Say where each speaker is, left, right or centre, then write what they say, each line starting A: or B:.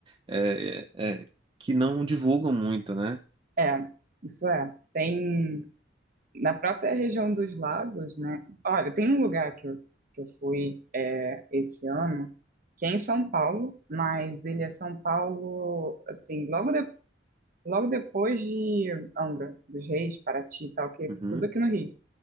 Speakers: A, on the right (about 25°); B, on the right (about 50°).
A: é, é- é, que não divulgam muito, né?
B: É, isso é. Tem na própria região dos lagos, né? Olha, tem um lugar que eu, que eu fui é, esse ano, que é em São Paulo, mas ele é São Paulo, assim, logo, de- logo depois de Angra dos Reis, Paraty e tal, que é
A: Uhum.
B: tudo aqui no Rio,